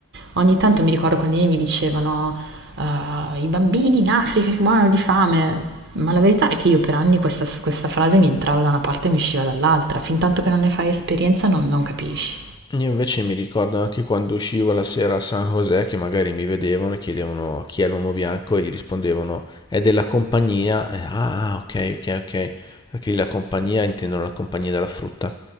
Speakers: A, on the right (about 55°); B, on the left (about 20°).
A: Ogni tanto mi ricordo quando i miei mi dicevano "Ah, i bambini in Africa che muoiono di fame, ma la verità è che io per anni questa, s- questa frase mi entrava da una parte e mi usciva dall'altra, fintanto che non ne fai esperienza non, non capisci.
B: Io invece mi ricordo anche quando uscivo la sera a San José che magari mi vedevano e chiedevano chi è l'uomo bianco e gli rispondevano è della compagnia. E, ah, ah, ok, ok, ok. Perché la compagnia intendono la compagnia della frutta